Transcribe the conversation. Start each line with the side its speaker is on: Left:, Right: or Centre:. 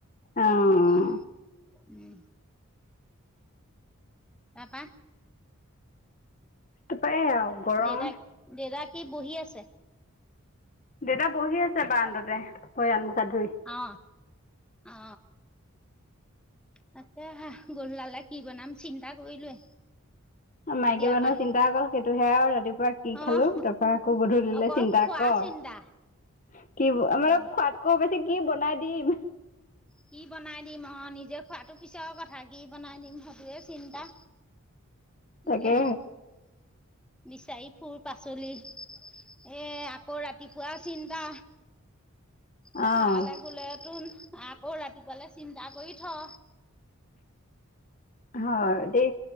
Left: অঁ
Centre: এনেকুৱা উম। তাপা
Left: তাৰপৰা এই আৰু গৰম
Centre: দেউতাক দেউতা কি বহি আছে?
Left: দেউতা বহি আছে বাৰান্দাতে ভৰি হাত মুখ হাত ধুই।
Centre: অ অ তাকে হে গধুলালে কি বনাম চিন্তা কৰিলোৱে।
Left: মাইকী
Centre: এতিয়াৰ
Left: মানুহৰ
Centre: পৰা
Left: চিন্তা অকল সেইটোহে আৰু ৰাতিপুৱা কি
Centre: অহ
Left: খালো তাৰপৰা আকৌ গধুলিলে
Centre: অকল
Left: চিন্তা
Centre: খোৱা
Left: কৰ
Centre: চিন্তা
Left: কি খোৱাদকৈ
Centre: উম,
Left: বেছি কি বনাই দিম
Centre: কি বনাই দিম অ নিজে খোৱাতো পিছৰ কথা কি বনাই দিম সেইটোৱে চিন্তা
Left: তাকে
Centre: একে বিচাৰি ফুৰু পাচলি এ আকৌ ৰাতিপুৱা চিন্তা। পথাৰলৈ
Left: অঁ
Centre: গোলেতোন আকৌ ৰাতিপুৱালে চিন্তা কৰি থ
Left: হয় দে